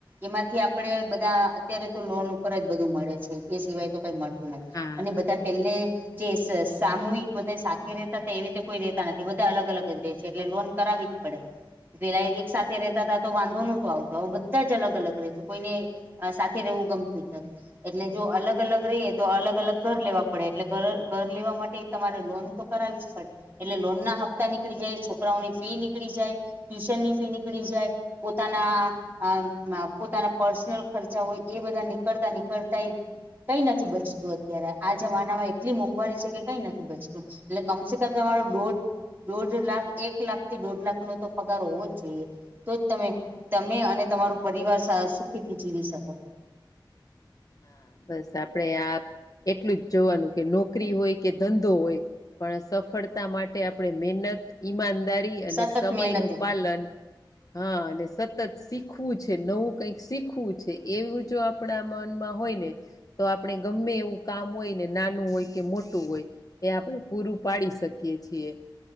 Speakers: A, on the right; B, on the left.
A: એમાંથી આપડે બધા અત્યારે તો લોન ઉપર જ બધું મળે છે એ સિવાય તો કઈ મળતું નથી
B: હા
A: અને બધા પેલે જે સ સામૂહિક બધા સાથે રહેતા હતા એવી રીતે કોઈ રેતા નથી બધા અલગ અલગ જ ર રહે છે એટલે લોન કરાવી જ પડે. પેલા એક સાથે રહેતા હતા તો વાંધો નહોતો આવતો બધા જ અલગ અલગ રહેશે કોઈને. અ સાથે રહેવું ગમતું જ નથી. એટલે જો અલગ અલગ રહીએ તો અલગ અલગ ઘર લેવા પડે એટલે ઘર લેવા માટે તમારે લોન તો કરાવી જ પડે એટલે લોન ના હપ્તા નીકળી જાય છોકરાઓની ફી નીકળી જાય ટ્યુશનની ફી નીકળી જાય પોતાના અ પોતાના પર્સનલ ખર્ચા હોય એ બધા નીકળતા નીકળતાય કઈ નથી બચતું અત્યારે આ જમાના માં એટલી મોંઘવારી છે કે કઈ નથી બચતું એટલે કમસે કમ તમારો દોઢ દોઢ લાખ એક લાખ થી દોઢ લાખનો તો પગાર હોવો જ જોઈએ. તો જ તમે તમે અને તમારું પરિવાર સ સુખીથી જીવી શકો.
B: હા બસ આપડે આ એટલું જ જોવાનું કે નોકરી હોય કે ધંધો હોય પણ સફળતા માટે આપણે મહેનત ઈમાનદારી અને
A: સતત
B: સમય
A: મહેનતે
B: નું પાલન હા અને સતત શીખવું છે નવું કઈક શીખવું છે એવું જો આપડા મન હોય ને તો આપણે ગમે એવું કામ હોય ને નાનું હોય કે મોટું હોય એ આપણે પૂરું પાડી શકીએ છીએ